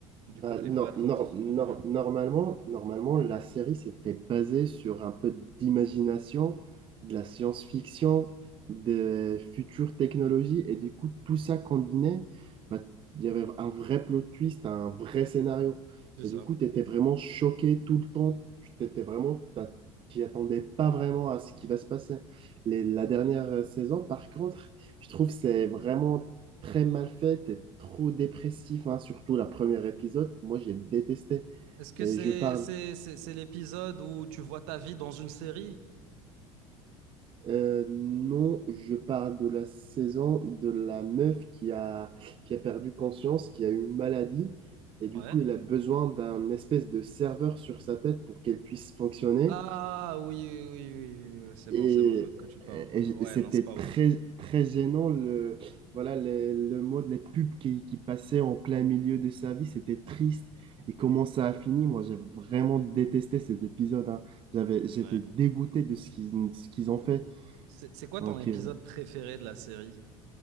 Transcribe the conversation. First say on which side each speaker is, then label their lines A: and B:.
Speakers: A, on the right (about 60°); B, on the right (about 30°).
A: Du
B: Bah,
A: coup, je ne
B: nor-
A: l'ai pas trop
B: nor-
A: kiffé
B: nor-
A: non plus.
B: normalement, normalement, la série s'était basée sur un peu d'imagination, de la science-fiction, des futures technologies, et du coup, tout ça combiné, bah, il y avait un vrai plot twist, un vrai scénario.
A: C'est
B: Et
A: ça.
B: du coup, tu étais vraiment choqué tout le temps. Tu t'étais vraiment, t'as- t'y attendais pas vraiment à ce qui va se passer. Les- la dernière saison, par contre, je trouve que c'est vraiment très mal faite et trop dépressif, hein, surtout la première épisode. Moi, j'ai détesté.
A: Est-ce que
B: Et
A: c'est
B: je parle,
A: c'est, c'est, c'est l'épisode où tu vois ta vie dans une série?
B: euh, non, je parle de la saison de la meuf qui a, qui a perdu conscience, qui a eu une maladie. Et du
A: Ouais.
B: coup, elle a besoin d'un espèce de serveur sur sa tête pour qu'elle puisse fonctionner.
A: Ah oui, oui, oui, oui, oui, c'est
B: Et,
A: bon, c'est bon, je vois de quoi tu parles.
B: et
A: Ouais,
B: c'était
A: non, c'est pas
B: très,
A: ouf.
B: très gênant, le, voilà, le, le mode, les pubs qui, qui passaient en plein milieu de sa vie, c'était triste. Et comment ça a fini? Moi, j'ai vraiment détesté cet épisode, hein. J'avais,
A: Ouais.
B: j'étais dégoûté de ce qu'ils, ce qu'ils ont fait.
A: C'est c'est quoi
B: Donc,
A: ton épisode
B: euh,
A: préféré de la série?